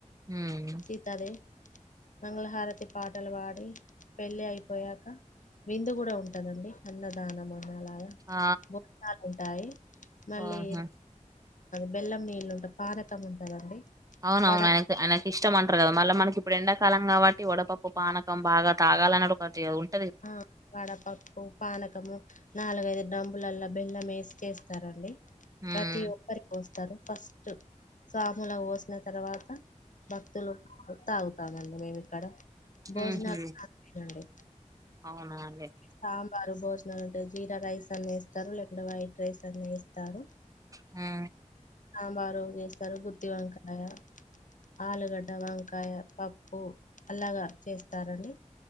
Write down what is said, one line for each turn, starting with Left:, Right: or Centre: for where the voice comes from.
Right: ఉమ్
Left: సీతాదేవి మంగళహారతి పాటలు పాడి పెళ్ళి అయిపోయాక, విందు కూడా ఉంటదండి అన్నదానం అన్న అలాగా
Right: ఆ
Left: భోజనాలు ఉంటాయి. మళ్ళీ
Right: ఓహో
Left: బెల్లం నీళ్ళు ఉంటంది, పానకం ఉంటదండి.
Right: అవున
Left: వడ
Right: అవును ఆయ ఆయనకి ఇష్టం అంటారు కద మళ్ళ మనకిప్పుడు ఎండా, కాలం కాబట్టి వడపప్పు పానకం బాగా తాగానిడు ఒకది
Left: ఆ వడపప్పు పానకము నాలుగైదు తాంబూలాల్ లో బెల్లం వేసి చస్తారండి
Right: ఉమ్
Left: ప్రతి ఒక్కరికి రు ఫస్ట్ స్వాములా పోసిన తర్వాత భక్తులు తాగుతామండి మేము ఇక్కడ భోజనాలు
Right: ఉహు
Left: తండి
Right: అవునా అండి
Left: సాంబారు భోజనాలు అంటే జీరా రైస్ అన్నా వేస్తారు లేకుంటే వైట్ రైస్ అన్నా వేస్తారు
Right: ఆ
Left: సాంబారు చేస్తారు గుత్తి వంకాయ ఆలుగడ్డ వంకాయ పప్పు అలాగ చేస్తారండి